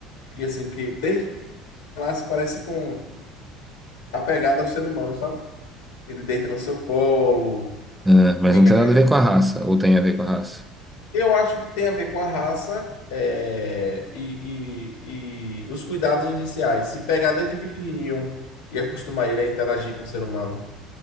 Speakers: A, on the left (about 90°); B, in the centre.
A: que assim, que desde lá se parece com apegado ao ser humano, sabe? Ele deita no seu colo,
B: Ah, mas
A: fica
B: não tem
A: quietinho.
B: nada a ver com a raça, ou tem a ver com a raça?
A: Eu acho que tem a ver com a raça é, e, e- e os cuidados iniciais. Se pegar desde pequenininho e acostumar ele a interagir com o ser humano,